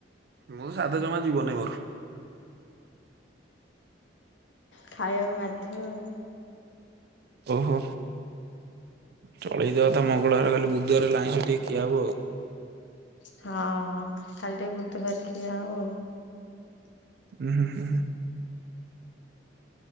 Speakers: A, on the right; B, on the left.
A: ମୁଁ ସାଧା ଜମା ଯିବନି ମୋର।
B: ଖାଇବାକୁ ବାଧ୍ୟ ଆଉ।
A: ଓହୋ ଚଳେଇଦବା ତ ମଙ୍ଗଳବାର କାଲି ବୁଧବାର ହେଲେ ଆଇଁଷ ଟିକେ ଖୀଆ ହବ ଆଉ।
B: ହଁ କାଲି ଟି ବୁଧବାର ଖିଆହବ।
A: ଉଁ ହୁଁ ହୁଁ ହୁଁ।